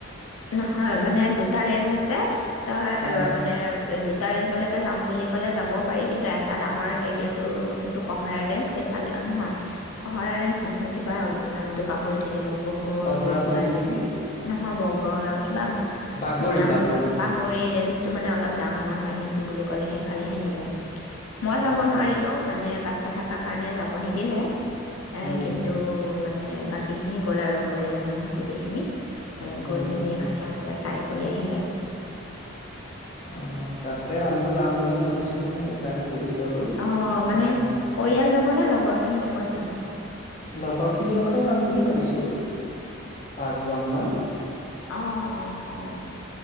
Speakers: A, on the left; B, on the left.
A: নহয় মানে দুটা ৰেঞ্জ আছে এটা অ
B: আহ
A: মানে দু দুটা ৰেঞ্জলৈকে যাম বুলি ক'লে যাব পাৰি কিন্তু এটা ডাঙৰ এৰিয়াটো যোনটো কঁহৰা ৰেঞ্জ সেইফালে নহয় কঁহৰা ৰেঞ্জ নহয় কিবা নামটো পাহৰি থাকি লো বংগলৈ
B: অগ্ৰাতলি
A: কিবা আন
B: নেকি
A: ন হব ৰ কিবা
B: বাগৰি
A: নামটো
B: বাগৰি
A: বাগৰি ৰেঞ্জ মানে অলপ ডাঙৰ হয় নে কি বুলি ক'লে সেইফালেহে নিলে মই যাব
B: অ
A: নোৱাৰিলো মানে বাক বাচ্ছা থকাৰ কাৰণে যাব নিদিলে এ
B: উম
A: কিন্তু মানে মানে বাকীখিনি গ'ল আৰু পৰিয়ালৰ মানুহ গোটেইখিনি উ গৈ
B: উম
A: মেলিহঁ
B: উম
A: তেওঁলোকে চাই কৰি আহিলে
B: অঁ তাকে আমিও যাম বুলি ভাবিছো মানে সেইকাৰণে সুধি ললো
A: অঁ মানে
B: এ
A: পৰিয়াল যাব মানে লগৰ খিনিৰ লগত যাবা
B: লগৰ খিনিৰ লগতে যাম বুলি ভাবিছো পাঁচজন মান
A: আহঁ অঁ অঁ